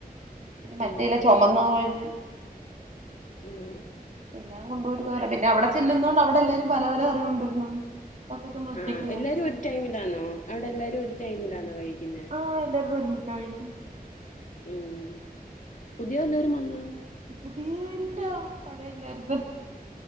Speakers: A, on the right; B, on the left.
A: പിന്നെ മറ്റേല
B: ആ
A: ചുമന്ന തോരനും
B: ഉം
A: എല്ലാം കൊണ്ടര് തോരൻ പിന്നെ അവടെ ച്ചെല്ലുന്നതൊണ്ട് അവിടെ എല്ലാരും പല പല അറിവ്ണ്ടിരുന്നു അതക്കെച്ച് പ്പോ മ്മൾ റ്റക്ക്
B: ആഹ്
A: ങ്ങാണ്ട്
B: എല്ലാരും ഒരു ടൈമിലാണോ അവിടെ എല്ലാരും ഒരു ടൈമിലാണോ കഴിക്കുന്നേ?
A: ആ ല്ലാരും ഒരുമിച്ചഴിക്കും
B: ഉം പുതിയ ല്ലാരും വന്നോ
A: പുതിയ ല്ല പഴയല്ലരുത്